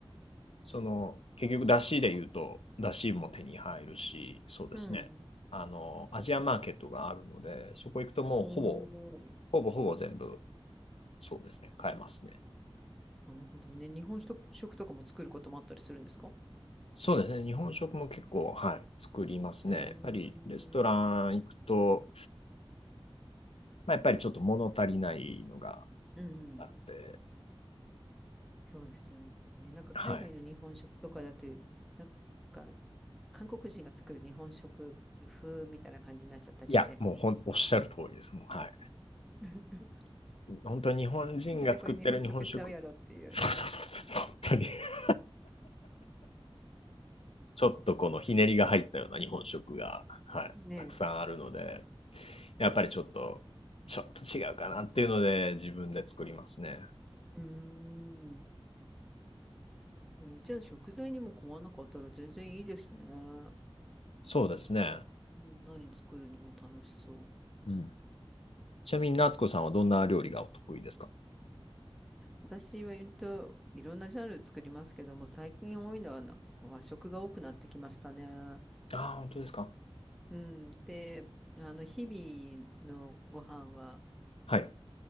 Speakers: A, on the left; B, in the centre.
A: その結局出汁で言うと出汁も手に入るし、そうですね、
B: うん。
A: あのアジアマーケットがあるので、そこ行くともうほぼ、
B: おー。
A: ほぼほぼ全部そうですね、買えますね。
B: なるほどね。日本食、食とかも作ることもあったりするんですかう
A: そうですね。日本食も結構、はい、作りますね。
B: ーん。
A: やっぱりレストラン行くと、まあ、やっぱりちょっと物足りないのが
B: うん。
A: あって、
B: そうですよね。なんか海外の日本食とかだと、
A: はい。
B: なんか韓国人が作る日本食風みたいな感じになっちゃったりして。
A: いや、もうほんおっしゃる通りです。もう、は
B: <laughs> で
A: い。本当に日本人が作ってる日本食、
B: ねこれ日本食ちゃうやろっていう。
A: そうそうそうそうそう、本当に <laughs> ちょっとこのひねりが入ったような日本食が、はい、
B: ねえ。
A: たくさんあるので、やっぱりちょっと、ちょっと違うかなっていうので、自分で作りますね。
B: うーん。えーじゃあ食材にも困らなかったら全然いいですね。う
A: そうですね。
B: ん、何作るにも楽しそ
A: うんちなみに夏子さんはどんな料理がお得意ですか
B: う。えーうん私は言うといろんなジャンル作りますけども、最近多いのはな和食が多くなってきましたね。
A: ああ、本当ですか。
B: うん。で、あの、日々のご飯は、
A: はい。